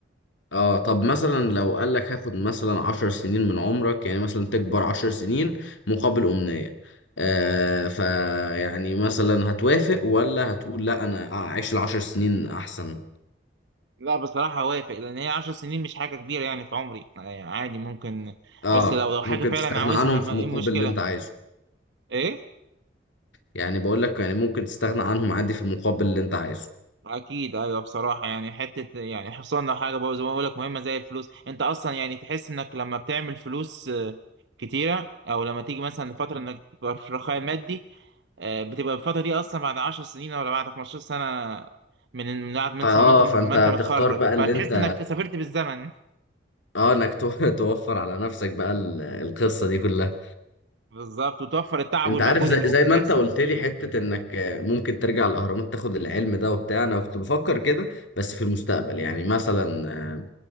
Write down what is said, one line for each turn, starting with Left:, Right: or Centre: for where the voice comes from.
Left: اه طب مثلا لو قال لك هاخد مثلا عشر سنين من عمرك يعني مثلا تكبر عشر سنين مقابل أمنية آه فيعني مثلا هتوافق ولا هتقول لا انا اعيش العشر سنين احسن
Right: لا بصراحه وافق لان هي 10 سنين مش حاجه كبيره يعني في عمري يعني عادي ممكن
Left: اه
Right: بس لو لو حاجه
Left: ممكن
Right: فعلا
Left: تستغنى
Right: عاوزها
Left: عنهم
Right: ما
Left: في المقابل
Right: ايه المشكله
Left: اللي انت عايزه
Right: ايه
Left: يعني بقول لك يعني ممكن تستغنى عنهم عادي في المقابل اللي انت عايزه
Right: اكيد ايوه بصراحه يعني حته يعني حصلنا حاجه بقى زي ما بقول لك مهمه زي الفلوس انت اصلا يعني تحس انك لما بتعمل فلوس آه، كتيره او لما تيجي مثلا فتره انك تبقى في رخاء مادي آه، بتبقى الفتره دي اصلا بعد 10 سنين ولا بعد 15 سنه من من بعد ما
Left: فاه
Right: انت ما انت ما
Left: فانت
Right: انت
Left: هتختار
Right: متخرج
Left: بقى اللي
Right: فتحس
Left: انت
Right: انك سافرت بالزمن
Left: اه انك تو- <laughs> توفر على نفسك بقى ال- القصة دي كلها
Right: <laughs> بالظبط وتوفر التعب
Left: انت
Right: والمجهود
Left: عارف زي,
Right: اللي ممكن
Left: زي ما
Right: يحصل
Left: انت قلت لي حتة انك آه، ممكن ترجع الاهرامات تاخد العلم ده وبتاع انا كنت بفكر كده بس في المستقبل يعني مثلا آه،